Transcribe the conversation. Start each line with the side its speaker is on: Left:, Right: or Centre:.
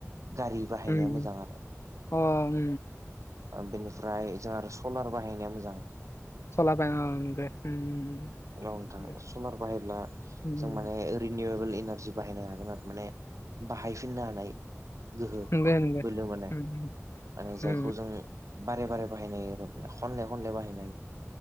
Right: गारि बाहायनाया
Left: उम
Right: मोजां
Left: उम
Right: आरो
Left: अ ओम ओम
Right: बिनिफ्राय जों आरो सलार बाहायनाया मोजां औ
Left: सलाबाय अ नंगो उम
Right: नोंथां
Left: उम
Right: सनार बाहायब्ला
Left: उम
Right: जों माने रिनिउवेबोल एनारजि बाहायनो हागोन आरो माने बाहायफिननो हानाय गोहो
Left: नंगो नंगो
Right: बोलो माने
Left: उम
Right: माने जाय
Left: उम
Right: बारे बारे बाहायनाय आरोनाखनले खनले बाहायनाय